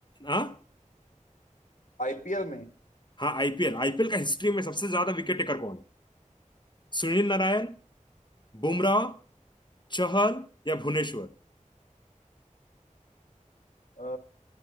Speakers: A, on the left (about 35°); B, on the left (about 75°).
A: हाँ
B: आईपीएल में
A: हाँ आईपीएल आईपीएल का हिस्ट्री में सबसे ज्यादा विकेट टेकर कौन है सुनील नारायण बुमराह चहल या भुवनेश्वर
B: अ,